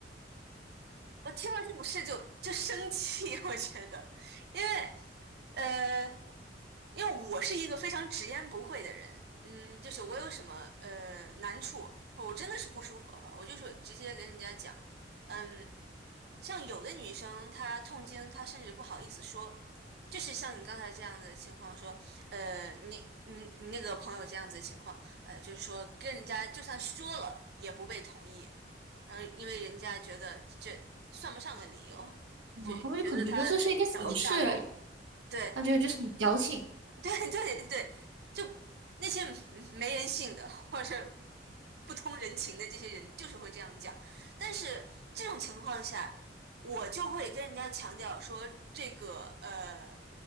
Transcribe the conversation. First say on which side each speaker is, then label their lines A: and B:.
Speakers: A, on the right; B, on the right.
A: 我听了这种事就就生气，<laughs> 我觉得，因为呃，因为我是一个非常直言不讳的人，嗯，就是我有什么呃难处，我真的是不舒服的话，我就是直接跟人家讲，嗯。像有的女生她痛经，她甚至不好意思说，就是像你刚才这样的情况说，呃，你你你那个朋友这样子的情况，呃，就是说跟人家就算说了也不被同意，嗯、因为人家觉得这算不上个理由，
B: 哦，
A: 就觉得他小题大做，
B: 他们就可能觉得这是一个小事而已，
A: 对。
B: 他觉得就是你矫情，
A: <laughs> 对对对，就那些没人性的或者不通人情的这些人，就是会这样讲。但是这种情况下，我就会跟人家强调说，这个呃